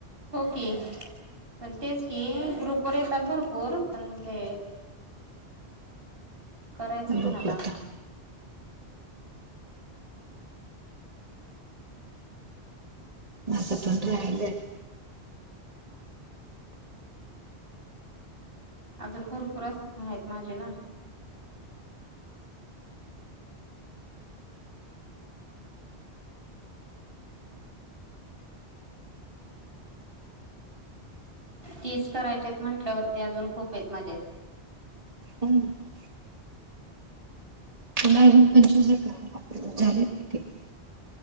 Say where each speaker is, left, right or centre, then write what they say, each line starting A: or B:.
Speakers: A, on the right; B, on the right.
A: ओके पण तेच की ग्रुपवर येतात भरपूर पण ते करायचं
B: बघू
A: कुणाला?
B: आता आ असं पणयले. <unintelligible>
A: अजून भरपूर असत आहेत माझे ना. तीच करायचीत म्हंटल्यावरती, अजून खूप आहेत माझे.
B: हो. <unintelligible> तुला अजून पंचवीस हजार करा लागत झालेत किती. <unintelligible>